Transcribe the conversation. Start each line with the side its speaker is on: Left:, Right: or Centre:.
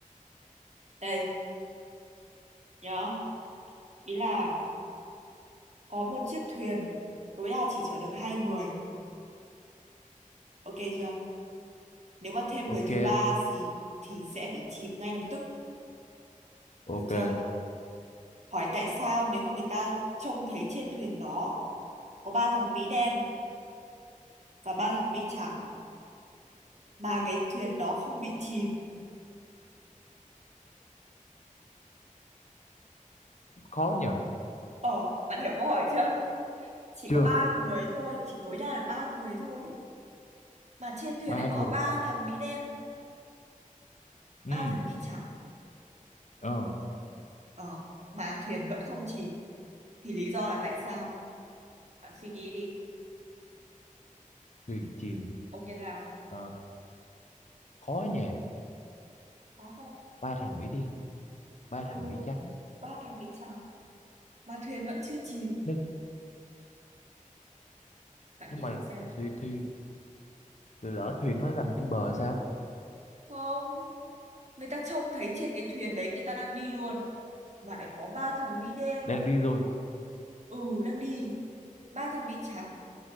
Right: đây nhớ ý là có một chiếc thuyền tối đa chỉ chở được hai người ok chưa Nếu mà thêm
Left: Ok,
Right: người thứ ba thì thì sẽ bị chìm ngay lập tức,
Left: ok,
Right: được chưa? Hỏi tại sao nếu mà người ta trông thấy trên thuyền nó có ba thằng Mỹ đen và ba thằng Mỹ trắng mà cái thuyền đó không bị chìm.
Left: khó nhờ.
Right: Ờ, bạn hiểu câu hỏi chưa? Chỉ có
Left: Chưa,
Right: ba người thôi, chỉ tối đa được ba người thôi. Mà trên thuyền
Left: ba
Right: lại
Left: người.
Right: có ba thằng Mỹ đen,
Left: Ừ,
Right: ba thằng Mỹ trắng.
Left: ờ,
Right: Ờ, mà thuyền vẫn không chìm. Thì lý do là tại sao? Bạn suy nghĩ đi.
Left: thuyền chìm.
Right: Ok là
Left: Ờ, khó nhờ.
Right: có không?
Left: Ba thằng Mỹ đen, ba thằng
Right: Ừ,
Left: Mỹ trắng.
Right: ba thằng Mỹ trắng mà thuyền vẫn chưa chìm
Left: Nhưng,
Right: bạn
Left: nhưng
Right: nghĩ
Left: mà
Right: thử xem
Left: thì thì thì lỡ thuyền nó nằm trên bờ sao?
Right: không người ta trông thấy trên cái thuyền đấy người ta đang đi luôn mà lại có ba thằng Mỹ đen
Left: Đang đi luôn.
Right: ừ đang đi ba thằng Mỹ trắng